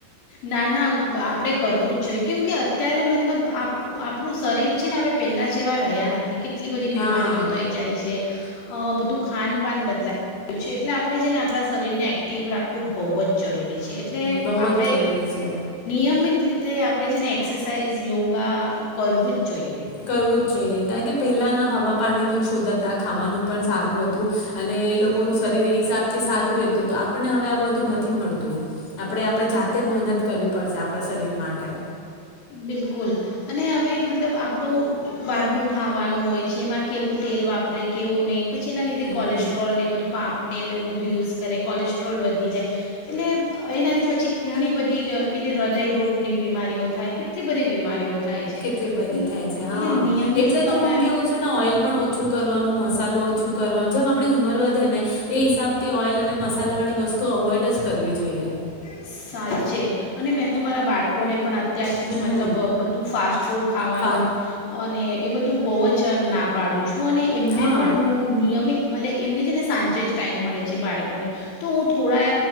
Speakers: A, on the left (about 70°); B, on the left (about 35°).
A: ના ના આપે કરવું જ જોઈએ કેમ કે અત્યારે મતલબ આપણું શરીર છે ને હવે પેલા જેવા રહ્યા નથી. કેટલી બધી બીમારીઓ
B: હા
A: થઈ જાય છે. અ બધું ખાનપાન બદલાય છે એટલે આપણે છે ને આપણા શરીરને એક્ટિવ રાખવું બહુ જ જરૂરી છે, એટલે
B: બહુ જ
A: આપ
B: જરૂરી છે.
A: નિયમિત રીતે આપણે છે ને એક્સરસાઇઝ યોગા કરવું જ જોઈએ
B: કરવું જ જોઈએ. કારણ કે પહેલાના હવા પાણી પણ શુદધતા ખાવાનું પણ સારું હતું, અને એ લોકોનું શરીર એ હિસાબથી સારું રહેતું હતું આપણને હવે આ બધું નથી મળતું, આપણે આપણે જાતે જ મહેનત કરવી પડશે આપણા શરીર માટે.
A: બિલકુલ, અને હવે મતલબ આપણું બહારનું ખાવાનું હોય છે એમાં કેવું તેલ વાપરે કેવું નહી. પછી એના લીધે
B: હમ
A: કોલેસ્ટ્રોલ ને વધુ પામ એલે એવું બધું યુઝ કરે કોલેસ્ટ્રોલ વધી જાય, એટલે એનાથી પછી ઘણી બધી કે હૃદયરોગોની બીમારીઓ થાય કેટલી બધી બીમારીઓ થાય છે
B: કેટલી બધી
A: એટલે
B: થાય છે હા,
A: નિયમિત
B: એટલે
A: તમે
B: તો હું કેવું છું ને ઓલ પણ ઓછું કરવાનું મસાલો ઓછું કરવાનું જેમ આપણી ઉંમર વધે ને, એ હિસાબથી ઓઇલ અને મસાલાવાળી વસ્તુ અવોઇડ જ કરવી જોઈએ
A: સાચે. અને મેં તો મારા બાળકોને પણ તત્યારથી
B: હમ
A: જ મતલબ બધું ફાસ્ટ ફૂડ ખાવાનું.
B: ફા
A: અને એ બધું બહુ જ ના પાડું છું. છું અને એમને
B: હા
A: પણ હું નિયમિત ભલે એમને છે ને સાંજે જ ટાઈમ મળે છે બાળકોને, તો હું થોડા